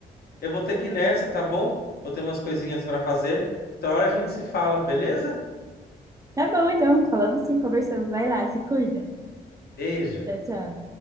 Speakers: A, on the left; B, on the right.
A: eu vou ter que ir nessa, tá bom? Vou ter umas coisinhas pra fazer. Outra hora a gente se fala, beleza?
B: Tá bom, então, falamos sim, conversamos. Vai lá, se cuida.
A: Beijo.
B: Tchau, tchau.